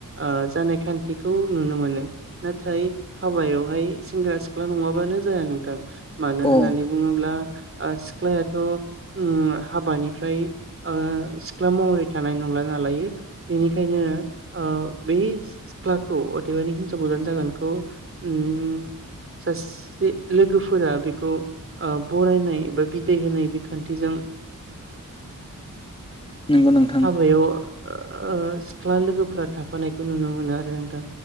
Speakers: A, on the right; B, on the left.
A: ओ जानाय खान्थिखौ नुनो मोनो। नाथाय हाबायावहाय सेंग्रा सिख्ला नङाबानो जाया नोंथां। मानो
B: अ
A: होननानै बुङोब्ला सिख्लायाथ' ओम हाबानिफ्राय ओ सिख्ला महरै थानाय नंला नालायो बेनिखायनो ओ बै सिख्लाखौ अदेबानि हिनजाव गोदान जागोनखौ ओम सासे लोगोफोरा बेखौ बरायनाय बा बिदाय होनाय खानथिजों
B: नंगौ नों
A: हाबायाव ओ सिख्ला लोगोफोरा थांफानायखौ नुनो मोनो आरो नोंथां।